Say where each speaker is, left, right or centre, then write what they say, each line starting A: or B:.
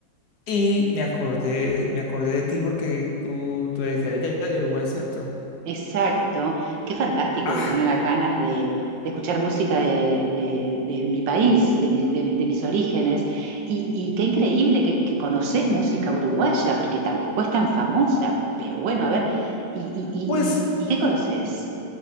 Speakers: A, on the left; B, on the right.
A: Y me acordé, me acordé de ti porque tú, tú eres de allá, de Uruguay, ¿cierto?
B: Exacto, qué fantástico
A: Ah,
B: que tengas ganas de, de escuchar música de, de- de mi país, de mis, de- de mis orígenes. Y, y qué increíble que, que conoces música uruguaya, porque tampoco es tan famosa. Pero bueno, a ver, ¿y, y- y-
A: pues
B: y- y qué conoces?